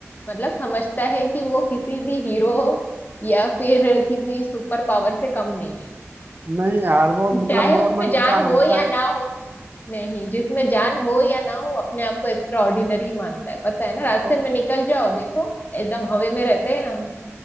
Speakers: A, on the left; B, on the right.
A: मतलब समझता है कि वो किसी भी हीरो या फिर किसी सुपर पावर से कम नहीं
B: नहीं यार वो मतलब
A: चाहे
B: नॉर्मल
A: उसमें जान
B: इंसान
A: हो
B: होता
A: या
B: है
A: ना हो नहीं जिसमें जान हो या ना हो अपने आप को एक्स्ट्रा ऑर्डिनरी मानता है पता है ना रास्ते
B: तो
A: में निकल जाओ देखो एकदम हवे में रहते हैं हम